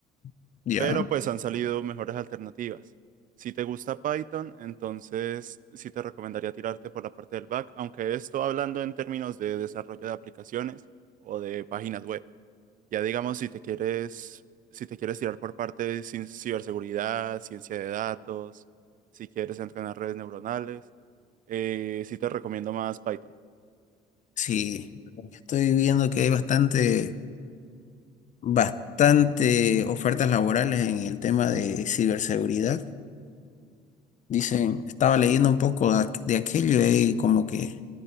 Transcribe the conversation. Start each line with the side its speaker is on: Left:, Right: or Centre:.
Left: <laughs> ¿ya?
Right: Pero pues han salido mejores alternativas. Si te gusta Python, entonces sí te recomendaría tirarte por la parte del back, aunque esto hablando en términos de desarrollo de aplicaciones o de páginas web. Ya digamos, si te quieres, si te quieres tirar por parte de cien- ciberseguridad, ciencia de datos, si quieres entrenar redes neuronales, eh, sí te recomiendo más Python.
Left: Sí. Estoy viendo que hay bastante, bastante ofertas laborales en el tema de ciberseguridad. Dicen, estaba leyendo un poco de, aqu- de aquello y hay como que